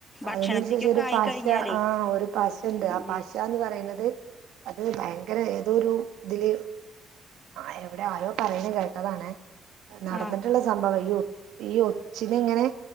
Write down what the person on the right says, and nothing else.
അതില് ഒരു സൈസ് ഒരു
പശ
ആഹ് ഒരു പശണ്ട്
ആ പശാന്ന് പറയുന്നത് അത് ഭയങ്കര ഏതൊരു ഇതില് ആ എവിടെ ആരോ പറ റയണെ കേട്ടതാണേ. നടന്നിട്ടുള്ള
സംഭവം. അയ്യോ ഈ ഒച്ചിനെ ഇങ്ങനെ